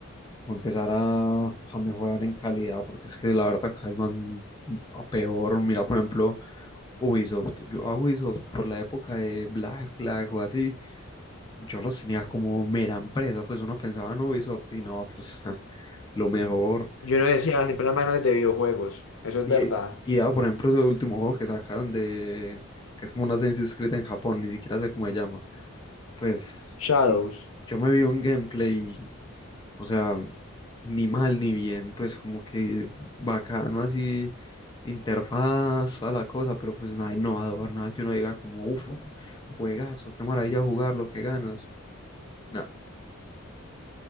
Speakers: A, on the left; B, on the left.
A: o empezar a, a mejorar en calidad, porque es que la verdad cada vez van a peor. Mira, por ejemplo, Ubisoft. Yo a Ubisoft por la época de Black Flag o así, yo los tenía como mera empresa, pues uno pensaba en Ubisoft y no, pues ja, lo mejor.
B: Yo no decía las empresas más grandes de videojuegos, eso es
A: Y,
B: verdad.
A: y ya, por ejemplo, ese último juego que sacaron de, que es como una Assassin's Creed en Japón, ni siquiera sé cómo se llama. Pues
B: Shadows.
A: yo, yo me vi un gameplay O sea, ni mal ni bien, pues como que bacano así, interfaz, a la cosa, pero pues nada innovador, nada que uno diga como, uff, juegazo, qué maravilla jugarlo, qué ganas. Nada.